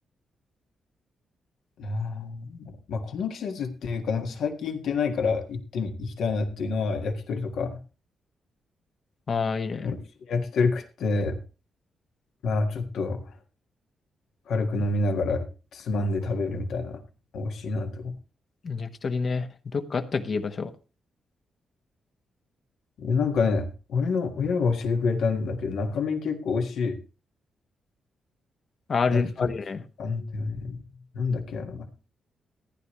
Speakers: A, on the left; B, on the left.
A: あーまあ、この季節っていうか、なんか最近行ってないから行ってみ、行きたいなっていうのは焼き鳥とか、
B: ああ、いいね。
A: 美味しい焼き鳥食って、まあちょっと軽く飲みながらつまんで食べるみたいな、美味しいなって思
B: 焼き鳥ね。どっかあったっけ、いい場所。
A: う。でなんかね、俺の親が教えてくれたんだけど、中身結構美味しい
B: ある、
A: 焼き鳥屋さんあんだよね。
B: あるよね。
A: なんだっけ、あの前。